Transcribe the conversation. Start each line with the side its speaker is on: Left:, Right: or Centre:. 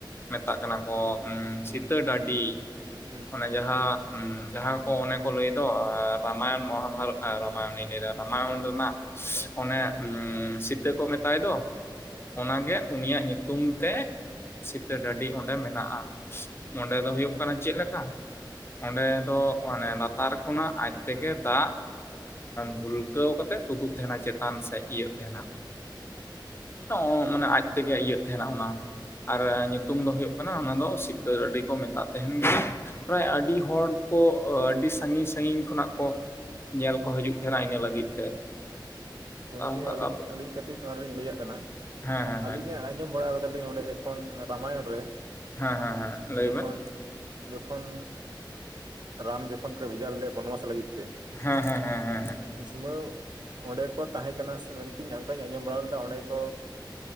Left: ᱢᱮᱛᱟᱜ ᱠᱟᱱᱟ ᱠᱚ ᱥᱤᱛᱟᱹ ᱰᱟᱹᱰᱤ
Right: ᱦᱩᱸ
Left: ᱚᱱᱮ ᱡᱟᱦᱟᱸ ᱡᱟᱦᱟᱸ ᱠᱚ ᱚᱱᱮ ᱠᱚ ᱞᱟᱹᱭ ᱫᱚ ᱨᱟᱢᱟᱭᱚᱱ ᱢᱚᱦᱟᱵᱷᱟᱨᱚᱛ ᱨᱟᱢᱟ ᱭᱚᱱᱤᱧ ᱞᱟᱹᱭ ᱮᱟ ᱨᱟᱢᱟᱭᱚᱱ ᱨᱮᱱᱟᱜ ᱚᱱᱮ ᱥᱤᱛᱟᱹ ᱠᱚ ᱢᱮᱛᱟᱭ ᱫᱚ᱾
Right: ᱦᱮᱸ
Left: ᱚᱱᱟᱜ ᱜᱮ ᱩᱱᱤᱭᱟᱜ ᱧᱩᱛᱩᱢ ᱛᱮ ᱥᱤᱛᱟᱹ ᱰᱟᱹᱰᱤ ᱚᱸᱰᱮ ᱢᱮᱱᱟᱜᱼᱟ ᱚᱸᱰᱮ ᱫᱚ ᱦᱩᱭᱩᱜ ᱠᱟᱱᱟ ᱪᱮᱫ ᱞᱮᱠᱟ᱾ ᱚᱸᱰᱮ ᱫᱚ ᱢᱟᱱᱮ ᱞᱟᱛᱟᱨ ᱠᱷᱚᱱᱟᱜ ᱟᱡ ᱛᱮᱜᱮ ᱫᱟᱜ ᱵᱷᱩᱞᱠᱟᱹᱣ ᱠᱟᱛᱮᱜ ᱛᱩᱫᱩᱜ ᱛᱟᱦᱮᱱᱟ ᱪᱮᱛᱟᱱ ᱥᱮ ᱤᱭᱟᱹᱜ ᱛᱟᱦᱮᱱᱟ <unintelligible> ᱢᱟᱱᱮ ᱟᱡ ᱛᱮᱜᱮ ᱤᱭᱟᱹᱜ ᱛᱟᱦᱮᱱᱟ ᱚᱱᱟ ᱟᱨ ᱧᱩᱛᱩᱢ ᱫᱚ ᱦᱩᱭᱩᱜ ᱠᱟᱱᱟ ᱚᱱᱟ ᱫᱚ ᱥᱤᱛᱟᱹ ᱰᱟᱹᱰᱤ ᱠᱚ ᱢᱮᱛᱟᱜ ᱛᱟᱦᱮᱱ ᱜᱮᱭᱟ ᱯᱨᱟᱭ ᱟᱹᱰᱤ ᱦᱚᱲ ᱠᱚ ᱟᱹᱰᱤ ᱥᱟᱹᱜᱤᱧ ᱥᱟᱹᱜᱤᱧ ᱠᱷᱚᱱᱟᱜ ᱠᱚ᱾ ᱧᱮᱞ ᱠᱚ ᱦᱤᱡᱩᱜ ᱠᱟᱱᱟ ᱤᱱᱟᱹ ᱞᱟᱹᱜᱤᱫ ᱛᱮ᱾
Right: ᱜᱚᱝᱠᱮ
Left: ᱦᱮᱸ
Right: ᱟᱹᱞᱤᱧ ᱟᱹᱞᱤᱧ ᱠᱟᱹᱴᱤᱡ ᱱᱚᱣᱟ ᱞᱤᱧ ᱞᱟᱹᱭᱟᱜ ᱠᱟᱱᱟ
Left: ᱦᱮᱸ ᱦᱮᱸ
Right: ᱟᱹᱞᱤᱧᱟᱜ ᱟᱸᱡᱚᱢ ᱵᱟᱲᱟ ᱠᱟᱫᱟᱞᱤᱧ ᱚᱸᱰᱮ ᱡᱚᱠᱷᱚᱱ ᱨᱟᱢᱟᱭᱚᱱ ᱨᱮ
Left: ᱦᱮᱸ ᱦᱮᱸ ᱦᱮᱸ ᱞᱟᱹᱭ
Right: ᱡᱚᱠᱷᱚᱱ
Left: ᱵᱮᱱ
Right: ᱡᱚᱠᱷᱚᱱ ᱨᱟᱢ ᱡᱚᱠᱷᱚᱱ ᱠᱚ ᱵᱷᱮᱡᱟ ᱞᱮᱫᱮᱭᱟ ᱵᱚᱱᱚᱵᱟᱥ ᱞᱟᱹᱜᱤᱫ ᱛᱮ
Left: ᱦᱮᱸ ᱦᱮᱸ ᱦᱮᱸ ᱦᱮᱸ
Right: ᱩᱥᱩᱢᱟᱹᱣ ᱚᱸᱰᱮ ᱠᱚ ᱛᱟᱦᱮᱸ ᱠᱟᱱᱟ ᱥᱮ ᱢᱮᱱᱛᱤᱧ ᱚᱱᱠᱟᱧ ᱟᱸᱡᱚᱢ ᱵᱟᱲᱟ ᱞᱮᱫᱟ ᱚᱸᱰᱮ ᱠᱚ